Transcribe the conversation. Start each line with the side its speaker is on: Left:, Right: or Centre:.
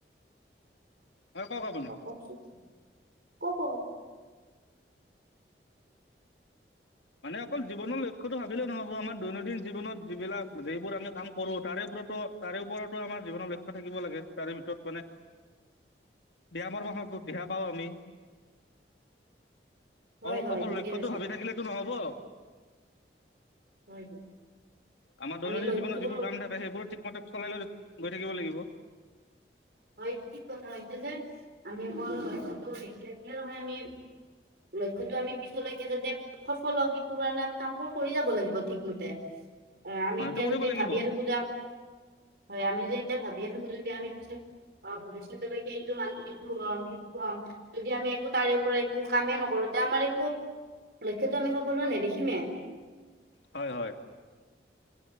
Left: হয় কওক আপুনি
Right: অ ক ক
Left: মানে অকল জীৱনৰ লক্ষ্যটো ভাবিলে নহ'ব। আমাৰ দৈনন্দিন জীৱনত যিবিলাক যিবোৰ আমি কাম কৰো তাৰে ৰতো তাৰে ওপৰতো আমাৰ জীৱনৰ লক্ষ্যত থাকিব লাগে তাৰে ভিতৰত মানে
Right: উ <unintelligible>
Left: বিয়া মাৰৰ বিয়া পাওঁ আমি
Right: হয়
Left: অল
Right: হয়
Left: অকল
Right: ঠিকে
Left: লক্ষ্য
Right: কৈছে
Left: তো ভাবি থাকিলে অ
Right: হয় হয়।
Left: আমাৰ দৈনন্দিন
Right: আমি লক্ষ্যবোৰ
Left: জীৱনত যিবোৰ কাম থাকে সেইবোৰ ঠিকমতে চলাই লৈ গৈ থাকিব লাগিব
Right: হয়টো ঠিক ক হৈছে যে আমি ব দেখি দেখি হয় আি লক্ষ্যটো আমি পিছলৈকে যাতে সফল হওঁ সেইটো কাৰণে আমি কামবোৰ কৰি যাব লাগিব ঠিকমতে <unintelligible> অঁ আমি
Left: সেইটো
Right: এতিয়া
Left: কৰিব
Right: যদি
Left: লাগিব
Right: ভাবি আন খো যাম হয় আমি য এতিয়া ভাবি আন খোজোদি আমি পি অ ভৱিষ্যতকে এইটো মান এইটো হম সটো হম যদি আমি একো তাৰে পৰা একো কামেই নকৰো আমাৰ একো লক্ষ্যটো আমি সব লোৱা নাই দেখিমেই
Left: হয় হয়